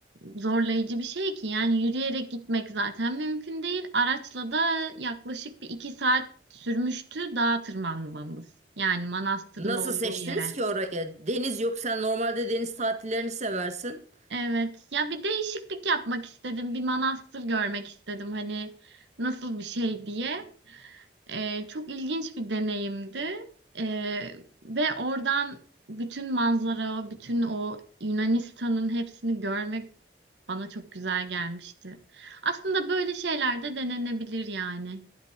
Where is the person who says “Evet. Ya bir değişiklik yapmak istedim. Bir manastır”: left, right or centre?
Right